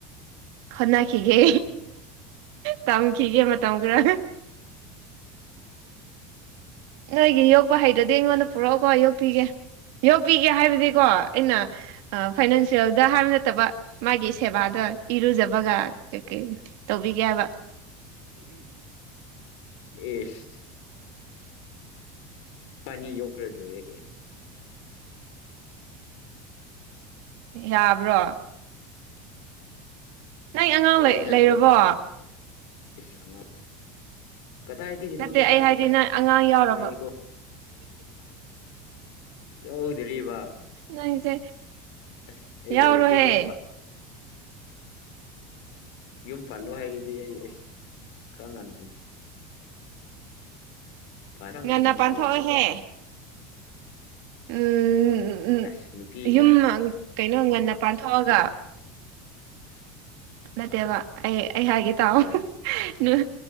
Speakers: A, on the right; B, on the left.
A: ꯍꯣꯠꯅꯈꯤꯒꯦ ꯇꯝꯈꯤꯒꯦ ꯃꯇꯝ ꯈꯔ ꯅꯣꯏꯒꯤ ꯌꯣꯛꯄ ꯍꯩꯗ꯭ꯔꯗꯤ ꯑꯩꯉꯣꯟꯗ ꯄꯨꯔꯛꯑꯣꯀꯣ
B: ꯑ
A: ꯌꯣꯛꯄꯤꯒꯦ ꯌꯣꯛꯄꯤꯒꯦ ꯍꯥꯏꯕꯗꯤꯀꯣ ꯑꯩꯅ ꯐꯥꯏꯅꯥꯟꯁꯤꯌꯦꯜꯗ ꯍꯥꯏꯕ ꯅꯠꯇꯕ ꯃꯥꯒꯤ ꯁꯦꯕꯥꯗꯣ ꯏꯔꯨꯖꯕꯒ ꯀꯩ- ꯀꯩ ꯇꯧꯕꯤꯒꯦꯕ
B: ꯏꯁ ꯏꯕꯥꯢꯅꯤ ꯌꯣꯛꯈꯔꯒ ꯂꯣꯏꯔꯦ ꯀꯩꯅꯣ
A: ꯌꯥꯕ꯭ꯔꯣ ꯅꯪꯒꯤ ꯑ ꯑꯉꯥꯡ
B: ꯍꯣꯏꯗ
A: ꯂꯩꯔꯕꯣ
B: ꯏꯁ ꯑꯉꯥꯡ ꯀꯗꯥꯏꯗꯒꯤꯅꯣꯗ
A: ꯅꯠꯇꯦ
B: ꯅꯪꯁꯤꯁꯨ
A: ꯑꯩ ꯍꯥꯏꯗꯤ
B: ꯑꯁ
A: ꯅꯪ ꯑꯉꯥꯡ ꯌꯥꯎꯔꯕ
B: ꯏ ꯀꯥꯏꯀꯣ ꯌꯥꯎꯗ꯭ꯔꯤꯕ
A: ꯅꯪꯁꯦ
B: ꯑꯁ ꯑꯩꯕꯨ
A: ꯌꯥꯎꯔꯣꯍꯦ
B: ꯍꯧꯖꯤꯛ ꯌꯨꯝ ꯄꯜ ꯌꯨꯝ ꯄꯥꯜꯂꯣ ꯍꯥꯏꯔꯗꯤ ꯑꯩ ꯑꯁ ꯈꯔ ꯉꯜ ꯈꯔ
A: ꯉꯟꯅ
B: ꯉꯟꯃꯟꯗ꯭ꯔꯣ
A: ꯄꯥꯟꯊꯣꯛꯎꯍꯦ ꯎꯝ ꯎꯝ
B: ꯑꯁ ꯅꯨꯄꯤꯅ
A: ꯌꯨꯝ ꯀꯩꯅꯣ ꯉꯟꯅ ꯄꯥꯟꯊꯣꯛꯑꯒ
B: ꯑꯗꯨ
A: ꯅꯠꯇꯦꯕ ꯑꯩ ꯑꯩ ꯍꯥꯏꯒꯦ ꯇꯥꯎ
B: ꯆꯦ
A: ꯅꯨ